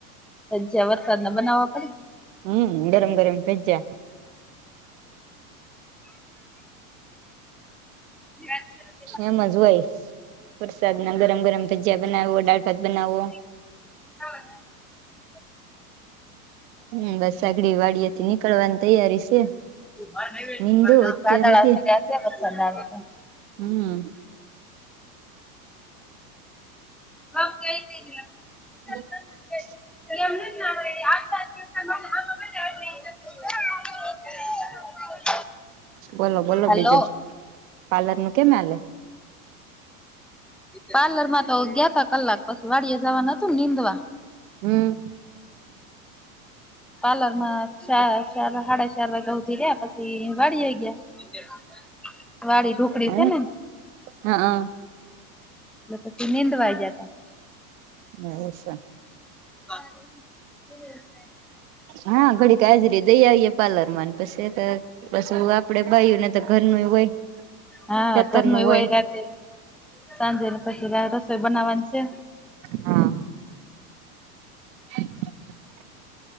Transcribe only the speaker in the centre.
ભજીયા વરસાદ ના બનાવવા
પડે <inaudible>
હા
વાદળિયા
ગાજ્યા
છે વરસાદ આવે તો
બાપ કઈ <unintelligible>
<inaudible> <inaudible>
હલો
પાર્લર માં તો ગયા ત કલાક પસી વાડિયે જવા ન હતું ને નિનીંદવા
પાર્લર માં સા હાડા ચાર વાગે હુધી રહ્યા ને પસી વાળીએ ગયા <inaudible> ઢોકળી
છે ને એટલે
એ પછી નીંદવાય ગયાતા
<inaudible>
હા
ઘરણુ
એ
હોઈ રાતે સાંજે ને પછી રસોઈ બનાવાની છે.